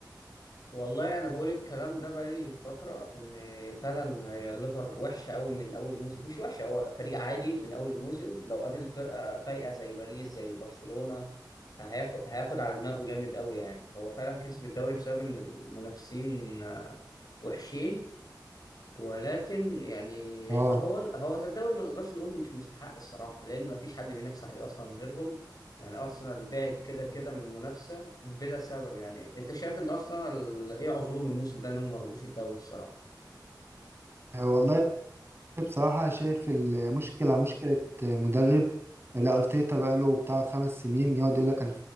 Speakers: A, on the left; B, on the right.
A: والله انا بقول الكلام ده بقالي فتره ان فعلا هي الليفر وحشه قوي من اول موسم مش وحشه هو فريق عادي من اول موسم لو قابل فرقه فايقه زي باريس زي برشلونه هياخد هياخد على دماغه جامد قوي يعني هو فعلا كسب الدوري بسبب ان المنافسين آه، وحشين ولكن يعني
B: اه
A: هو هو الدوري ما نقدرش نقول مش مستحق الصراحه لان ما فيش حد بينافس عليه اصلا غيرهم يعني ارسنال بعد كده كده من المنافسه بلا سبب يعني انت شايف ان ارسنال ايه عذرهم الموسم ده انهم ما رضوش الدوري الصراحه
B: والله بصراحة شايف المشكلة مشكلة مدرب الأرتيتا بقاله بتاع خمس سنين يقعد يقول لك